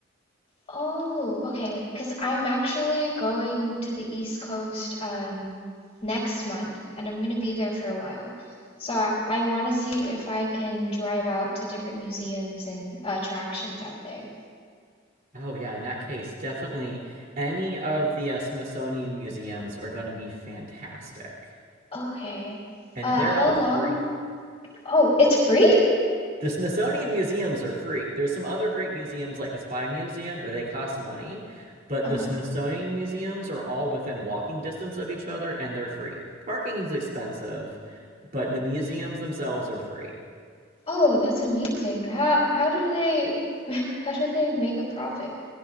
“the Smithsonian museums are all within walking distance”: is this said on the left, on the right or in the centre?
Right